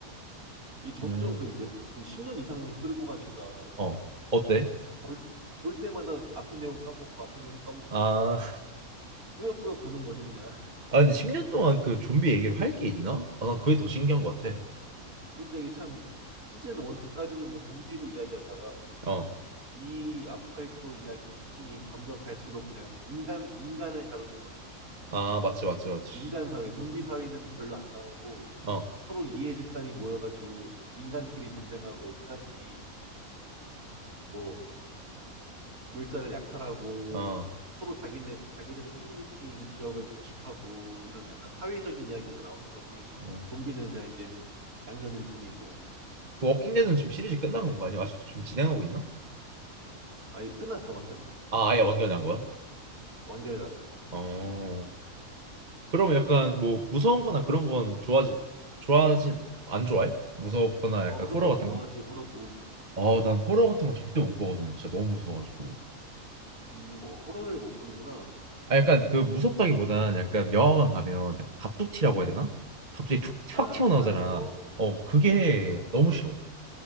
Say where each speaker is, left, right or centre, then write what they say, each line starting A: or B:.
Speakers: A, on the right; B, on the right.
A: 이 점점
B: 음,
A: 그 몇- 거의 10년 이상 끌고 가니까
B: 어, 어때?
A: 볼, 볼 때마다 앞에 내용 까먹고 앞에 내용 까먹고
B: 아,
A: 하면서 꾸역꾸역 보는 거지 그냥. <laughs>
B: 아 근데 10년 동안 그 좀비 얘기를 할 게 있나? 아 난 그게 더 신기한 것 같아.
A: 그러니까 이게 참 시즌 1, 2까지는 뭐 좀비로 이야기하다가
B: 어.
A: 이 아포칼립토 이야기 특징이 점점 갈수록 그냥 인간 인간을 다루는 거지.
B: 아 맞지 맞지 맞지.
A: 뭐 인간 사회, 좀비 사회는 별로 안 나오고
B: 어.
A: 서로 이해 집단이 모여가지고 인간끼리 전쟁하고 인간끼리 뭐 물자를 약탈하고
B: 어.
A: 서로 자기네 자기들이 커뮤니티인 지역을 구축하고 이런 약간 사회적인 이야기가 나오는 거지.
B: 음.
A: 좀비는 그냥 이제 양념일 뿐이고.
B: 그 워킹 데드는 지금 시리즈 끝난 건가 아니면 아직도 지금 진행하고 있나?
A: 아, 이거 끝났어 완전히.
B: 아 아예 완결한 거야?
A: 완결이 났어.
B: 어. 그러면 약간 뭐 무서운 거나 그런 건 좋아하지 좋아하지 안 좋아해? 무섭거나 약간
A: 어 그런
B: 호러
A: 거
B: 같은
A: 좋아하지
B: 거?
A: 호러도.
B: 아 난 호러 같은 거 절대 못 보거든. 진짜 너무 무서워가지고.
A: 음, 어, 호러를 못 보는구나.
B: 아 약간 그 무섭다기보단 약간 영화관 가면 약간 갑툭튀라고 해야 되나? 갑자기 툭
A: 아
B: 확 튀어나오잖아.
A: 놀라는 거.
B: 어 그게 너무 싫어.